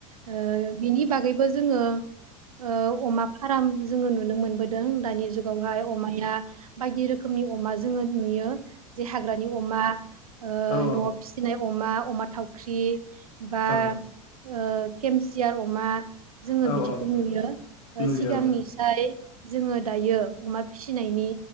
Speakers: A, on the right; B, on the left.
A: ओ बिनि बाग बागैबो जोङो ओ अमा फार्म जोङो नुनो मोनबोदों। दानि जुगावहाय अमाया बायदि रोखोमनि नि अमा जोङो नुयो जे हाग्रानि अमा ओ
B: औ औ
A: न'आव फिसिनाय अमा अमा थावख्रि बा
B: औ
A: ओ केमसियार अमा जोङो
B: औ
A: बिदिखौ
B: औ
A: नुयो।
B: नुयो
A: सिगांनिसाय जोङो दायो अमा फिसिनायनि